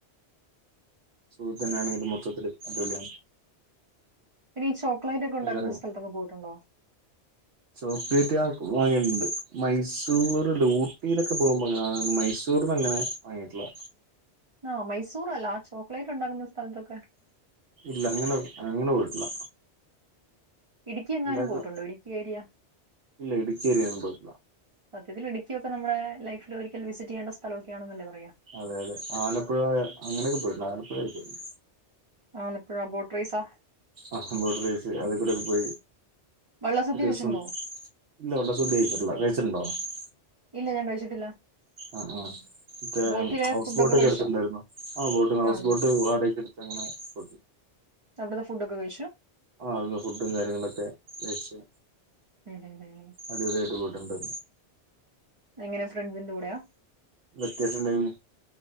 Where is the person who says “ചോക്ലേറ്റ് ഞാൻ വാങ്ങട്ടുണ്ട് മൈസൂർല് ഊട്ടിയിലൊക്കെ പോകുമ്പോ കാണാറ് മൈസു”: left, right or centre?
Right